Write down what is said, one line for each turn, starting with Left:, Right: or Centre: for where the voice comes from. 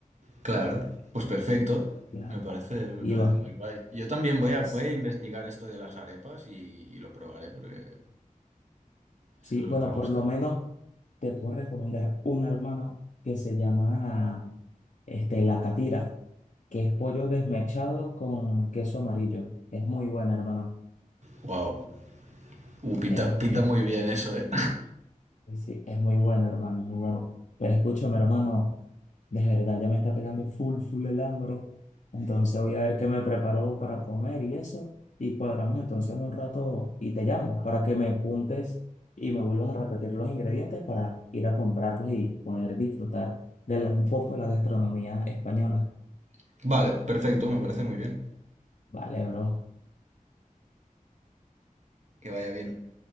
Right: Claro, pues perfecto.
Left: Claro,
Right: Me parece, me
Left: Iván.
Right: parece muy guay. Yo también voy a, voy
Left: S-
Right: a investigar esto de las arepas y, y lo probaré porque seguro
Left: Sí, bueno,
Right: me gusta.
Left: por lo menos te puedo recomendar una hermana que se llama este, La Catira, que es pollo desmechado con queso amarillo. Es muy buena, hermano.
Right: Wow, Uh, pinta,
Left: Este,
Right: pinta muy bien eso, ¿eh?
Left: sí, sí, es muy bueno, hermano, muy bueno. Pero escúchame, hermano. De verdad, ya me está pegando full, full el hambre. Entonces voy a ver qué me preparo para comer y eso. Y cuadramos entonces en un rato y te llamo para que me apuntes y me vuelvas a repetir los ingredientes para ir a comprarlos y poder disfrutar de la- un poco de la gastronomía española.
Right: <laughs> Vale, perfecto, me parece muy bien.
Left: Vale, bro.
Right: Que vaya bien.